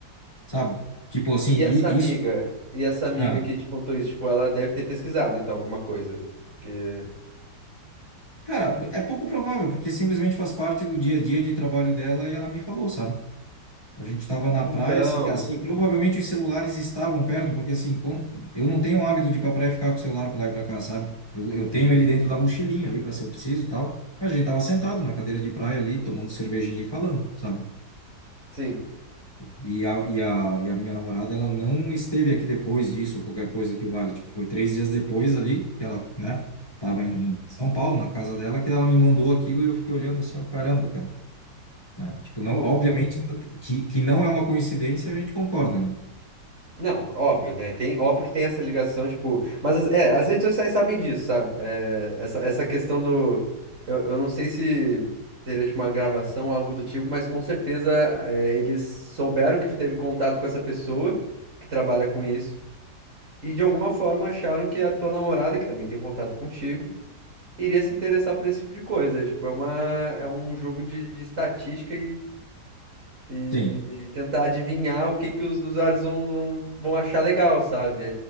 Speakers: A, on the left (about 20°); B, on the right (about 45°).
A: sabe? Tipo assim,
B: E
A: e
B: essa amiga,
A: isso.
B: e essa amiga
A: ah,
B: que te contou isso, tipo, ela deve ter pesquisado, então, alguma coisa. Porque.
A: cara, é pouco provável, porque simplesmente faz parte do dia a dia de trabalho dela e ela me falou, sabe? A gente estava na
B: Então.
A: praia, assim, que- assim, provavelmente os celulares estavam perto, porque assim, como eu não tenho o hábito de ir pra praia e ficar com o celular pra lá e pra cá, sabe? Eu, eu
B: Uhum.
A: tenho ele dentro da mochilinha ali para se eu preciso, e tal. Mas a gente tava sentado na cadeira de praia ali, tomando cervejinha e falando, sabe?
B: Sim.
A: E a, e a, e a minha namorada, ela não esteve aqui depois disso, ou qualquer coisa que valha. Tipo, foi três dias depois ali, que ela, né, tava
B: Uhum.
A: em em São Paulo, na casa dela, que ela me mandou aquilo e eu fiquei olhando assim, ó, caramba, cara. Né? Tipo,
B: Tipo,
A: não, obviamente que, que não é uma coincidência, a gente concorda, né?
B: Não, óbvio, né? Tem, óbvio que tem essa ligação, tipo. Mas as- é, as redes sociais sabem disso, sabe? É, essa, essa questão do. Eu, eu não sei se seria tipo uma gravação, algo do tipo, mas com certeza é, eles souberam que tu teve contato com essa pessoa que trabalha com isso. E de alguma forma acharam que a tua namorada, que também tem contato contigo, iria se interessar por esse tipo de coisa. É, tipo, é uma, é um jogo de, de estatística e
A: Sim.
B: e tentar adivinhar o que que os usuários vão, vão, vão achar legal, sabe?